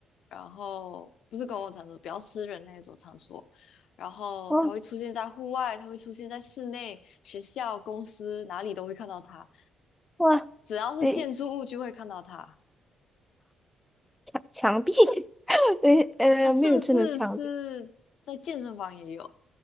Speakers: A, on the left (about 70°); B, in the centre.
A: 然后不是公共场所，比较私人那一种场所，然后它会出现在户外，
B: 哦
A: 它会出现在室内、学校、公司哪里都会看到它，
B: 哇，
A: 只要是建筑物就会看到它，
B: 对，墙墙壁。<laughs> 对，呃，
A: 它甚至是在健身房也有，
B: 没有智能墙